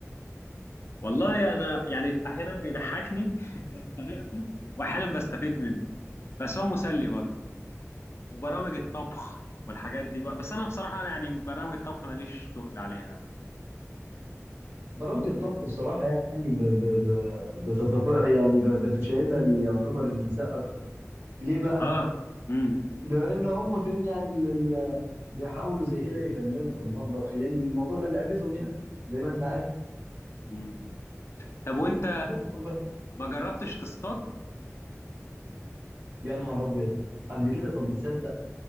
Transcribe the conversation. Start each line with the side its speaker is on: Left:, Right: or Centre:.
Left: والله انا يعني احيانا بيضحكني <laughs> طريقته واحيانا بستفيد منه بس هو مسلي برضه وبرامج الطبخ والحاجات دي بقى بس انا بصراحه انا يعني برامج الطبخ ماليش تقل عليها قوي
Right: برامج الطبخ بصراحه يعني ب... ب... ب... بتتف... يعني ب... بتشاهدها اللي يعتبر النساء اكتر ليه بقى
Left: اه امم
Right: لان هم فاهمني يعني ال- ال- بيحاولوا زي كده يفننوا في المطبخ لان الموضوع ده لعبتهم يعني زي ما انت عارف
Left: امم طب وانت
Right: بس طب
Left: ما جربتش تصطاد
Right: يا نهار ابيض قبل كده طب تصدق